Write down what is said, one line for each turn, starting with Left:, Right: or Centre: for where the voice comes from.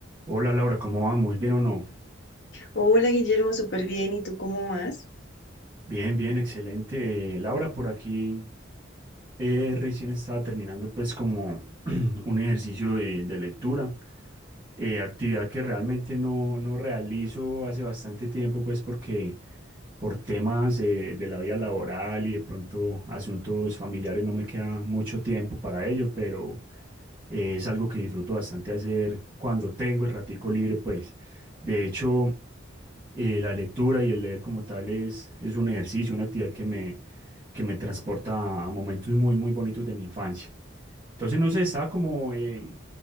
Right: Hola Laura, ¿cómo vamos? ¿Bien o no?
Left: Hola Guillermo, súper bien. ¿Y tú cómo vas?
Right: Bien, bien, excelente. Eh, Laura, por aquí Eh, recién estaba terminando pues como <clears throat> un ejercicio de, de lectura, eh, actividad que realmente no, no realizo hace bastante tiempo pues porque por temas eh, de la vida laboral y de pronto asuntos familiares no me queda mucho tiempo para ello, pero eh, es algo que disfruto bastante hacer cuando tengo el ratico libre pues. De hecho, eh, la lectura y el leer como tal es, es un ejercicio, una actividad que me, que me transporta a momentos muy, muy bonitos de mi infancia. Entonces, no sé, estaba como eh,